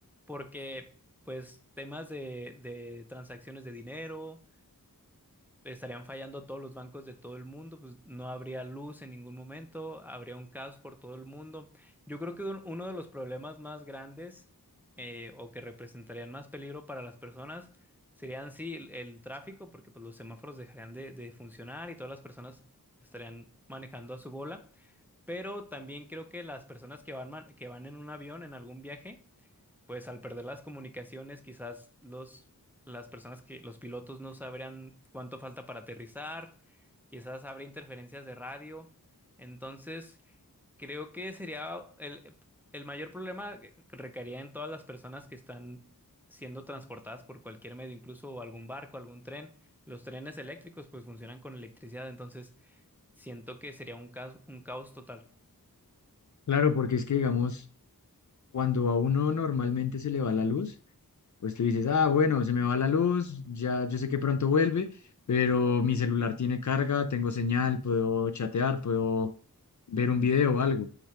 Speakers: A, in the centre; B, on the left (about 55°).
A: porque pues temas de, de transacciones de dinero estarían fallando todos los bancos de todo el mundo, pues no habría luz en ningún momento, habría un caos por todo el mundo. Yo creo que un- uno de los problemas más grandes eh, o que representarían más peligro para las personas serían sí el, el tráfico, porque pues los semáforos dejarían de, de funcionar y todas las personas estarían manejando a su bola. Pero también creo que las personas que van, man- que van en un avión, en algún viaje, pues al perder las comunicaciones, quizás los las personas que los pilotos no sabrían cuánto falta para aterrizar, quizás habrá interferencias de radio. Entonces, creo que sería el, el mayor problema que recaería en todas las personas que están siendo transportadas por cualquier medio, incluso algún barco, algún tren. Los trenes eléctricos pues funcionan con electricidad, entonces siento que sería un caos, un caos total.
B: Claro, porque es que, digamos, cuando a uno normalmente se le va la luz, pues tú dices, ah, bueno, se me va la luz, ya yo sé que pronto vuelve, pero mi celular tiene carga, tengo señal, puedo chatear, puedo ver un video o algo.